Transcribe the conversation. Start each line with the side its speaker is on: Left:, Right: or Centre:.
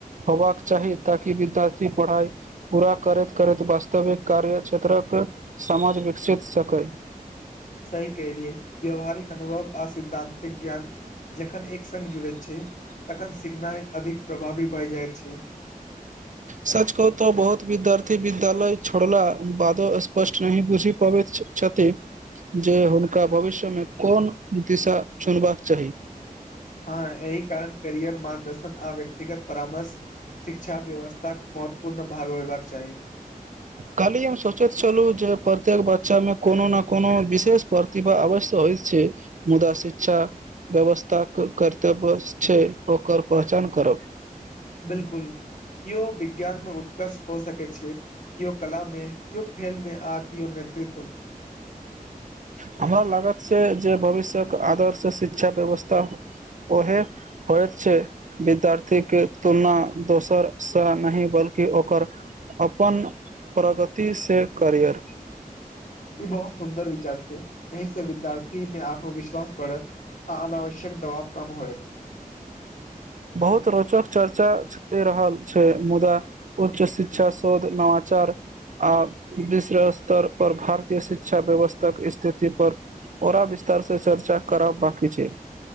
Right: होबाक चाही ताकि विद्यार्थी पढ़ाई पूरा करैत करैत वास्तविक कार्य क्षेत्रक समाज विकसित सकै
Left: सही कहलियै व्यावहारिक अनुभव आ सिद्धान्तिक ज्ञान जखन एक संग जुड़ैत छै तखन सिखनाइ अधिक प्रभावी भए जाइत छै
Right: सच कहूं तऽ बहुत विद्यार्थी विद्यालय छोड़ला बादो स्पष्ट नहि बुझि पाबैत छ छथि जे हुनका भविष्यमे कोन दिशा चुनबाक चाही
Left: हँ एहि कारण करियर मार्गदर्शन आ व्यक्तिगत परामर्श शिक्षा व्यवस्थाक महत्वपूर्ण भाग होयबाक चाही
Right: काल्हि हम सोचैत छलहुँ जे प्रत्येक बच्चामे कोनो न कोनो विशेष प्र तिभा अवश्य होइत छै मुदा शिक्षा व्यवस्था करते बस छै ओकर पहचान करब
Left: बिल्कुल केओ विज्ञान मे उत्कर्ष हो सकैत छै केओ कला मे केओ खेल में आ किओ नेतृत्वमे
Right: हमरा लागत छै जे भविष्यक आदर्श शिक्षा व्यवस्था ओहे होइत छै विद्यार्थीके तुलना दोसरसँ नहि बल्कि कि ओकर अपन प्रगतिसँ करियर
Left: ई बहुत सुन्दर विचार छै एहि से विद्यार्थी में आत्मविश्वास बढ़त आ अनावश्यक दबाव कम होएत
Right: बहुत रोचक चर्चा चलि रहल छै मुदा उच्च शिक्षा शोध नवाचार आ विश्व स्तर पर भारतीय शिक्षा व्यवस्थाक स्थिति पर ओरा विस्तार से चर्चा करब बाकी छै